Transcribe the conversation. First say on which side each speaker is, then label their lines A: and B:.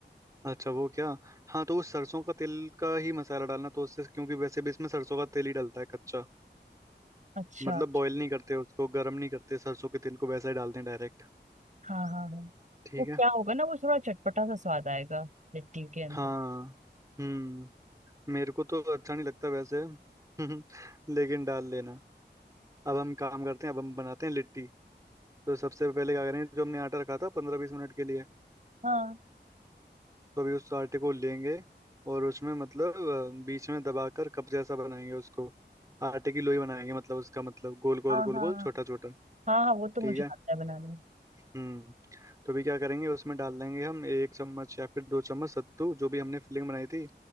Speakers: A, on the right (about 15°); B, on the right (about 40°).
A: अच्छा वो क्या हाँ तो उस सरसों का तेल का ही मसाला डालना तो उससे क्योंकि वैसे भी इसमें सरसों का तेल ही डलता है कच्चा
B: अच्छा
A: मतलब
B: अच्छा
A: बॉईल नहीं करते उसको गर्म नहीं करते सरसों के तेल को वैसे ही डालते हैं डायरेक्ट
B: हाँ हाँ हाँ
A: ठीक
B: वो क्या
A: है
B: होगा ना वो थोड़ा चटपटा सा स्वाद आएगा लिट्टी के अंदर
A: हाँ हम्म मेरे को तो अच्छा नहीं लगता वैसे <laughs> लेकिन डाल लेना अब हम काम करते हैं अब हम बनाते हैं लिट्टी तो सबसे पहले क्या करेंगे जो हमने आटा रखा था पंद्रह बीस मिनट के लिए
B: हाँ
A: तो अभी उस आटे को लेंगे और उसमें मतलब अ, बीच में दबाकर कप जैसा बनाएंगे उसको आटे की लोई बनाएंगे मतलब उसका मतलब गोल गोल
B: हाँ
A: गोल
B: हाँ
A: गोल
B: हाँ
A: छोटा छोटा
B: हाँ हाँ वो तो
A: ठीक
B: मुझे
A: है
B: आता है बनाने
A: हम्म तो भी क्या करेंगे उसमें डाल देंगे हम एक चम्मच या फिर दो चम्मच सत्तू जो भी हमने फिलिंग बनाई थी